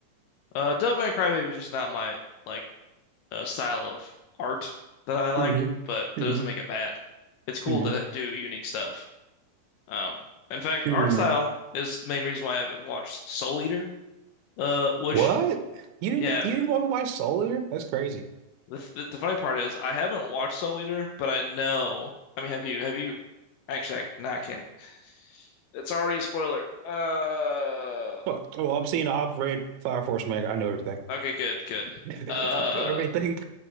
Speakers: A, on the left (about 80°); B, on the right (about 75°).
A: Uh, Devil May Cry Baby is just not my like uh, style of art that I like,
B: Mm-hmm.
A: but
B: hmm
A: that doesn't make it bad. It's cool
B: hmm
A: to do unique stuff. Um, in fact,
B: hmm
A: art style is the main reason why I haven't watched Soul Eater. Uh, which
B: What? You didn't,
A: yeah,
B: you didn't want to watch Soldier? That's crazy.
A: The, the, the funny part is I haven't watched Soul Eater, but I know. I mean, have you? Have you? Actually, I, no, I can't. It's already a spoiler. Uh,
B: Fuck. Oh, I've seen, I've read Fire Force manga. I know everything.
A: okay, good, good.
B: <laughs> I
A: Uh,
B: know everything.